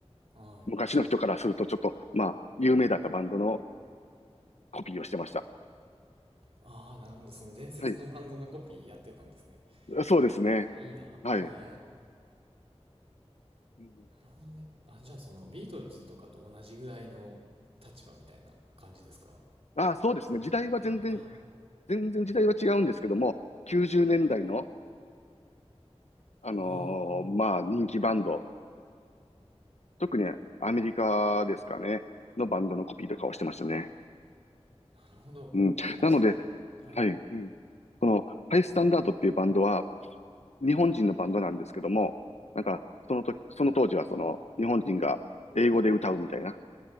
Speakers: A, on the right (about 60°); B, on the left (about 80°).
A: はい。
B: 昔の人からするとちょっと、まあ、有名だったバンドのコピーをしてました。
A: ああ、なるほど。その伝説のバンドのコピーやってたんですね。
B: はい。そうですね。
A: あ、いいな。
B: はい。
A: はい。
B: うん
A: なるほどね。あ、じゃあそのビートルズとかと同じぐらいの立場みたいな感じですか
B: ああ、そうですね。
A: その、
B: 時代は全然、
A: はい。あ、
B: 全然時代は違うんですけども、90年代の、あの
A: ああ、
B: ーまあ、人気バンド、特にアメリカですかね、のバンドのコピーとかをしてましたね。
A: なるほど。
B: うん。
A: 結構その、
B: なので、
A: はい、
B: はい。うん。この、ハイスタンダードっていうバンドは、
A: はい。
B: 日本人のバンドなんですけども、なんか、その時、その当時はその、日本人が英語で歌うみたいな